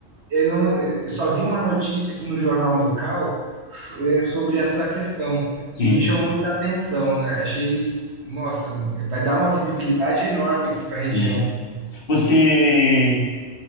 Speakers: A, on the right; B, on the left.
A: eu não, eu só vi uma notícia aqui no jornal local f- é, sobre essa questão
B: Sim.
A: e me chamou muita atenção, né? Achei, nossa, vai dar uma visibilidade enorme aqui para a
B: Sim.
A: região.
B: Você.